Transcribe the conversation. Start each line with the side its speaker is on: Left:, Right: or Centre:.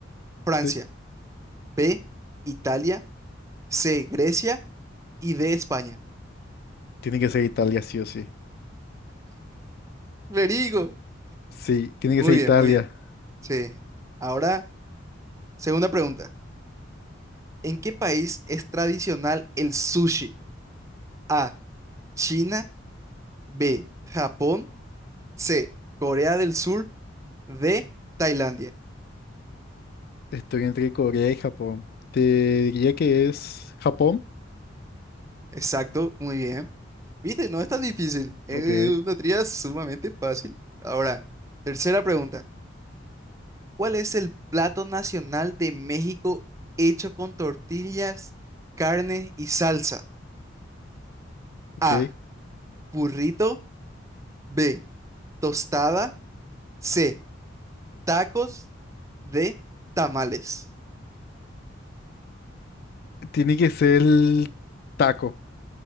Right: Francia,
Left: sí,
Right: B, Italia, C, Grecia y D, España.
Left: Tiene que ser Italia, sí o sí.
Right: Verigo.
Left: Sí, tiene que
Right: Muy
Left: ser Italia.
Right: bien, muy bien. Sí. Ahora, segunda pregunta. ¿En qué país es tradicional el sushi? A, China, B, Japón, C, Corea del Sur, D, Tailandia.
Left: Estoy entre Corea y Japón. Te diría que es Japón.
Right: Exacto, muy bien. ¿Viste? No es tan difícil. Es
Left: Ok,
Right: una tría sumamente fácil. Ahora, tercera pregunta. ¿Cuál es el plato nacional de México hecho con tortillas, carne y salsa?
Left: ok.
Right: A, burrito, B, tostada. C, tacos D. tamales.
Left: Tiene que ser el taco.